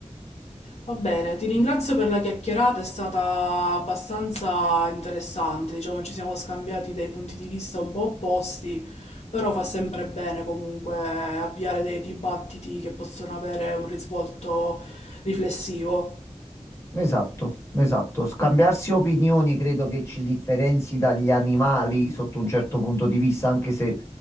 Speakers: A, on the left; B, on the left.
A: Va bene, ti ringrazio per la chiacchierata, è stata abbastanza interessante, diciamo ci siamo scambiati dei punti di vista un po' opposti, però fa sempre bene comunque avviare dei dibattiti che possono avere un risvolto riflessivo.
B: Esatto, esatto. Scambiarsi opinioni credo che ci differenzi dagli animali sotto un certo punto di vista, anche se